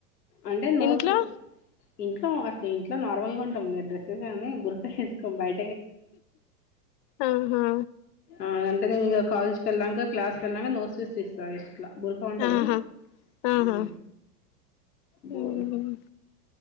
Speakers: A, on the left (about 80°); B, on the left (about 35°).
A: అంటే నోస్త్
B: ఇంట్లో
A: ఇంట్లో అట్నే ఇంట్లో నార్మల్ గా ఉంటాం డ్రెస్సెస్ అన్ని బురక ఎసుకొం బయ
B: ఆహా
A: ఆ అంటే నేను ఇగ కాలేజ్కి వెళ్లాంక క్లాస్ కి ఏళ్ళినంగా నో స్వీస్ తీసి తాగేచు ఇట్లా బురఖా ఉంటది
B: ఆహా ఆహా
A: ఉ బో
B: ఉమ్